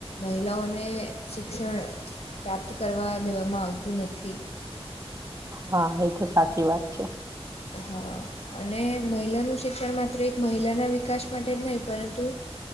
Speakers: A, on the left; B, on the right.
A: મહિલાઓને શિક્ષણ પ્રાપ્ત કરવા દેવામાં આવતું નથી.
B: હા એ તો સાચી વાત છે.
A: હા અને મહિલાનું શિક્ષણ માત્ર એક મહિલાના વિકાસ માટે જ નહીં પરંતુ